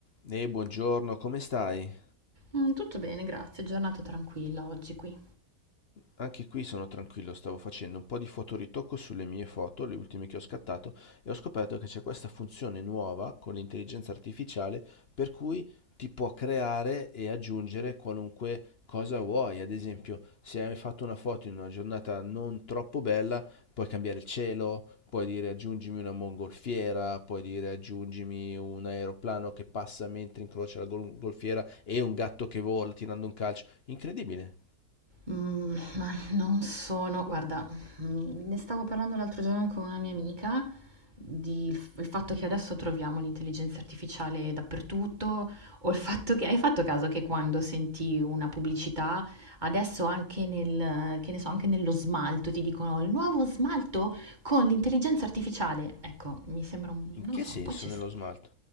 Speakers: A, on the left; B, on the right.
A: Ehi, buongiorno, come stai?
B: Mm, tutto bene, grazie. Giornata tranquilla oggi qui.
A: Anche qui sono tranquillo, stavo facendo un po' di fotoritocco sulle mie foto, le ultime che ho scattato, e ho scoperto che c'è questa funzione nuova con l'intelligenza artificiale per cui ti può creare e aggiungere qualunque cosa vuoi. Ad esempio, se hai fatto una foto in una giornata non troppo bella, puoi cambiare il cielo, puoi dire aggiungimi una mongolfiera, puoi dire aggiungimi un aeroplano che passa mentre incrocia la gol- golfiera e un gatto che vola tirando un calcio. Incredibile.
B: Mm, ma non sono... Guarda, mm, ne stavo parlando l'altro giorno con una mia amica di il fatto che adesso troviamo l'intelligenza artificiale dappertutto, o il fatto che hai fatto caso che quando senti una pubblicità, adesso anche nel, che ne so, anche nello smalto ti dicono il nuovo smalto con l'intelligenza artificiale. Ecco, mi sembra un,
A: In
B: non
A: che
B: lo so,
A: senso
B: un po' eccessivo.
A: nello smalto?